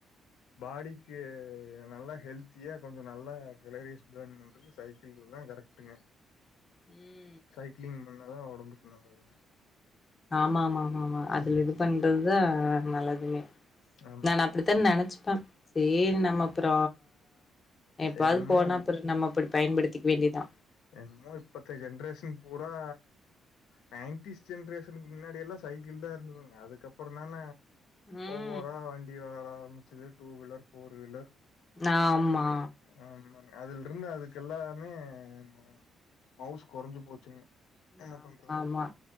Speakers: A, on the left (about 85°); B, on the left (about 30°).
A: பாடிக்கு நல்லா ஹெல்த்தியா கொஞ்சோ நல்லா கலரிஸ் போன் பண்றது து சைக்கிள்கதா கரெக்ட்டுங்க
B: ம்
A: சைக்கிளிங் பண்ணாதா ஒடம்புக்கு நல்லது தான
B: ஆமாமாமாமா அதுல
A: ம்
B: இது பண்றதுதா நல்லதுமே
A: ஆமாங்க
B: நான் அப்படித்தே நெனைச்சுப்பே சேரி நம்ம அப்புற எப்பாவது
A: என்னமோ
B: போனா அப்புற நம்ம அப்படி பயன்படுத்திக்க வேண்டிதா
A: என்மோ இப்பத்த ஜென்ரேஷன் பூரா நைன்டிஸ் ஜென்ரேஷனுக்கு முன்னாடி எல்லா சைக்கிள்தா இருந்ததுங்க அதுக்கப்பறந்தான
B: ம்
A: பூரா வண்டி வர ஆரம்பிச்சுது டூ வீலர் ஃபோர் வீலர்
B: ஆமா
A: ஆமாங்க அதுல் இருந்து அதுக்கு எல்லாமே ம மவுஸ் கொறைஞ்சு போச்சுங்க என்ன
B: ஆமா
A: பண்றது
B: ஆமா